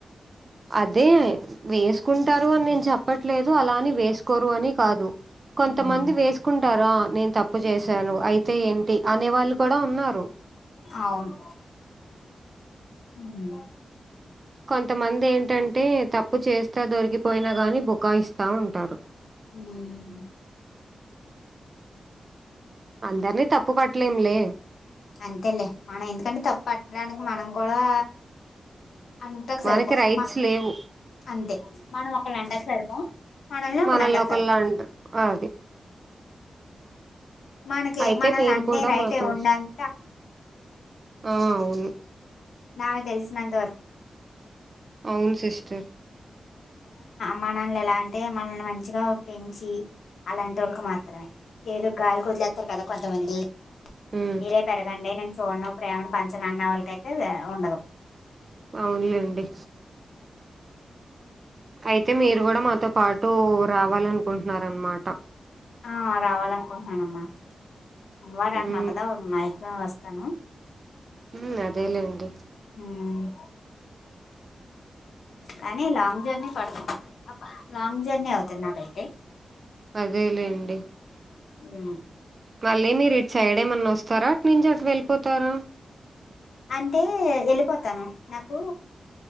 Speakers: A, on the right; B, on the left.
A: అదే వేసుకుంటారు అని నేను చెప్పట్లేదు అలాని వేసు కోరు అని కాదు కొంతమంది
B: ఉమ్,
A: వేసుకుంటారా నేను తప్పు చేసాను అయి తే ఏంటి అనే వాళ్ళు కూడా ఉన్నారు
B: అవును ఉమ్
A: కొంతమంది ఏంటంటే తప్పు చేస్తా దొరికిపోయినా గాని బుకాయిస్తా ఉంటారు
B: ఉమ్,
A: అందరినీ తప్పు పట్టలేంలే
B: అంతేలే మనం ఎందుకంటే తప్పు పట్టడానికి మనం కూడా అంటకు సరిపోం
A: మనకి రైట్స్
B: మా
A: లేవు
B: అంతే మనం ఒకళ అంటకి సరిపోం మనల్ని ఒకళ్ళు
A: మన
B: అంటకు
A: లోకల్లాంట
B: సరిపోం
A: అది
B: మనకి
A: అయితే
B: మనల్ని
A: మీరు
B: అంటే
A: కూడా
B: రైట్
A: మాతో
B: ఉండాలి
A: ఆ అవును
B: నాకు దెలిసినంత వరకు
A: అవును సిస్టర్
B: మా నాన్న ఎలా అంటే మనల్ని మంచిగా పెంచి అలాంటి వాళ్ళకి మాత్రమే ఏదో గాలికి వదిలేస్తారు కదా కొంతమంది
A: ఉమ్
B: మీరే పెరగండి నేన్ చూడను ప్రేమను పంచను అన్న వాళ్ళకైతే ఉండదు
A: అవునులేండి అయితే మీరు కూడా మాతో పాటు రావాలనుకుంటున్నారు అన్నమాట
B: ఆ రావాలనుకుంటున్నానమ్మా అమ్మోర అంటున్నావు
A: ఉమ్
B: కదా నాయి ఆ వస్తాను
A: ఉమ్ అదేలేండి
B: ఉమ్ కానీ లాంగ్ జర్నీ పడుతుబ్ లాంగ్ జర్నీ అవుతుంది నాకయితే
A: అదే లేండి
B: ఉ
A: మళ్ళీ మీరు ఇటు సైడేమన్నా వస్తారా అట్ నుంచి అటు వెళ్ళిపోతారా
B: అంటే వెళ్ళిపోతాను నాకు